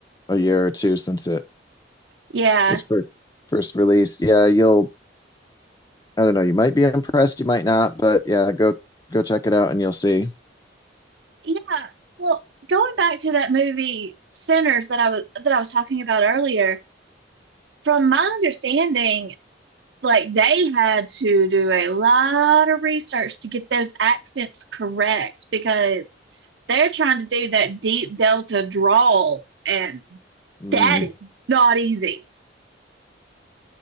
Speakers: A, on the left; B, on the right.
A: a year or two since it
B: Yeah.
A: was first first released. Yeah, you'll I don't know, you might be impressed, you might not, but yeah, go go check it out and you'll see.
B: Yeah. Well, going back to that movie Sinners that I was that I was talking about earlier, from my understanding, like they had to do a lot of research to get those accents correct because they're trying to do that deep delta drawl and
A: Mm.
B: that is not easy.